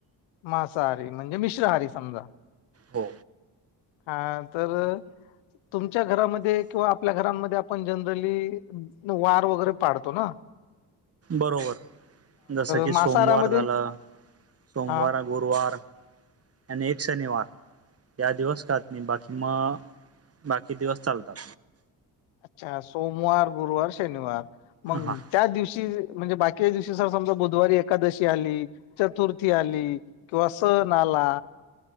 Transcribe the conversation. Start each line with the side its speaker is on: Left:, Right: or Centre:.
Left: मांसाहारी म्हणजे मिश्रहारी समजा
Right: हो
Left: हा तर तुमच्या घरामध्ये किंवा आपल्या घरांमध्ये आपण जनरली वार वगैरे पाडतो ना ह
Right: बरोबर जसं की
Left: मांसाहारामध्ये
Right: सोमवार झालं सोमवार
Left: हा
Right: गुरुवार आणि एक शनिवार या दिवस काात नाही बाकी मग बाकी दिवस चालतात
Left: अच्छा सोमवार गुरुवार शनिवार मग
Right: हां
Left: त्या दिवशी म्हणजे बाकीच्या दिवशी सर समजा बुधवारी एकादशी आली चतुर्थी आली किंवा सण आला